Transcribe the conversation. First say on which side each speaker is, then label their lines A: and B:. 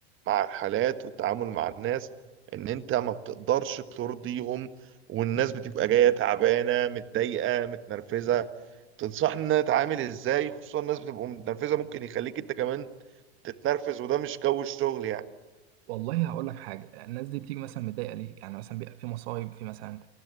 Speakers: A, on the right; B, on the right.
A: مع الحالات والتعامل مع الناس إن أنت ما بتقدرش ترضيهم والناس بتبقى جاية تعبانة متضايقة متنرفزة تنصحني إن أنا أتعامل إزاي خصوصا الناس بتبقى متنرفزة ممكن يخليك أنت كمان تتنرفز وده مش جو الشغل يعني
B: والله هقول لك حاجه الناس دي بتيجي مثلا متضايقه ليه يعني مثلا بيبقى في مصايب في مثلا